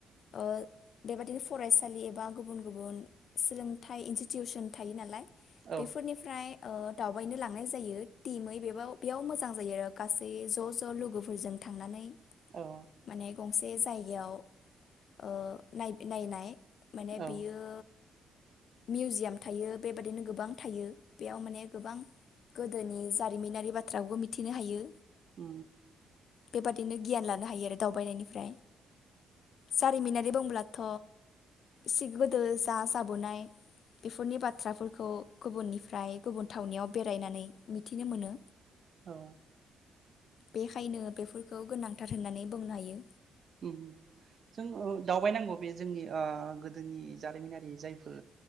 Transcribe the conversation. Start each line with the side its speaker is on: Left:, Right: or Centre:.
Left: ओ बेबादिनो फरायसालि एबा गुबुन गुबुन सोलोंथाइ इनस्टिटिउसन थायो नालाय
Right: औ
Left: बेफोरनिफ्राय ओ दावबायनो लांनाय जायो टिमै बेब बेयाव मोजां जायो आरो गासै ज ज लोगोफोरजों थांनानै
Right: औ
Left: माने गंसे जायगायाव ओ नायनाय माने
Right: औ
Left: बियो मिउजियाम थायो बेबायाददिनो गोबां थायो। बेयाव माने गोबां गोदोनि जारिमिनारि बाथ्राखौबो मिथिनो हायो।
Right: उ
Left: बेबादिनो गियान लानो हायो आरो दावबायनायनिफ्राय जारिमिनारि बुंब्लाथ' सिग गोदो जा जाबोनाय बेफोरनि बाथ्राफोरखौ गुबुननिफ्राय गुबुन थावनियाव बेरायनानै मिथिनो मोनो।
Right: औ
Left: बेखायनो बेफोरखौ गोनांथार होननानै बुंनो हायो।
Right: ओम जों ओ दावबायनांगौ बे जोंनि ओ गोदोनि जारिमिनारि जायफोर